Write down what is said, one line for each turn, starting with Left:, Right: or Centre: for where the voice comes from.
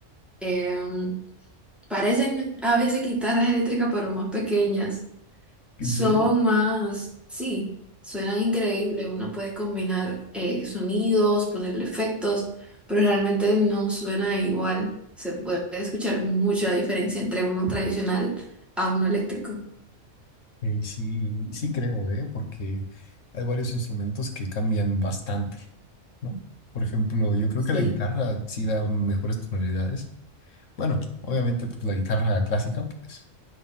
Centre: eh, um, parecen a veces guitarras eléctricas, pero más pequeñas.
Left: ¿En
Centre: Son
Left: serio?
Centre: más, sí, suenan increíble. Uno puede combinar eh, sonidos, ponerle efectos, pero realmente no suena igual. Se puede escuchar mucha diferencia entre uno tradicional a uno eléctrico.
Left: Ey, sí, sí creo, ¿eh? Porque hay varios instrumentos que cambian bastante, ¿no? Por ejemplo, yo creo
Centre: Sí,
Left: que la guitarra sí da mejores tonalidades. Bueno, obviamente pues, la guitarra clásica, pues